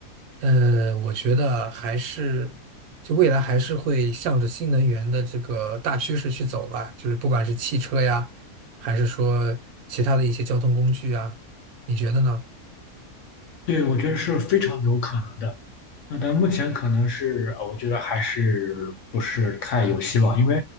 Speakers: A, on the right (about 75°); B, on the left (about 65°).
A: 呃，我觉得还是，就未来还是会向着新能源的这个大趋势去走吧。就是不管是汽车呀，还是说其他的一些交通工具啊，你觉得呢？
B: 对，我觉得是非常有可能的。那但目前可能是，呃我觉得还是不是太有希望，因为